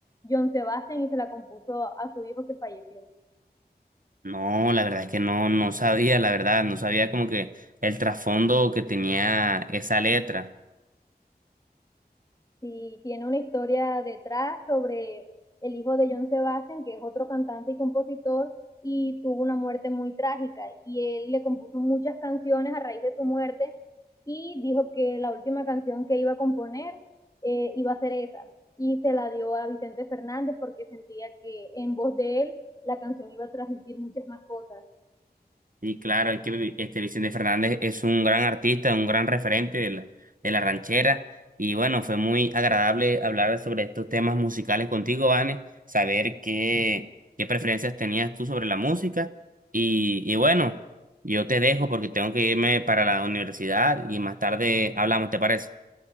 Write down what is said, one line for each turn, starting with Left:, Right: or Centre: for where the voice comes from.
Left: John Sebastian y se la compuso a su hijo que falleció.
Right: No, la verdad es que no, no sabía, la verdad, no sabía como que el trasfondo que tenía esa letra.
Left: Sí, tiene una historia detrás sobre el hijo de John Sebastian, que es otro cantante y compositor, y tuvo una muerte muy trágica. Y él le compuso muchas canciones a raíz de su muerte y dijo que la última canción que iba a componer eh, iba a ser esa. Y se la dio a Vicente Fernández porque sentía que en voz de él la canción iba a transmitir muchas más cosas.
Right: Y claro, es que Vi- este Vicente Fernández es un gran artista, un gran referente de la, de la ranchera. Y bueno, fue muy agradable hablar sobre estos temas musicales contigo, Vane, saber qué, qué preferencias tenías tú sobre la música. Y, y bueno, yo te dejo porque tengo que irme para la universidad y más tarde hablamos, ¿te parece?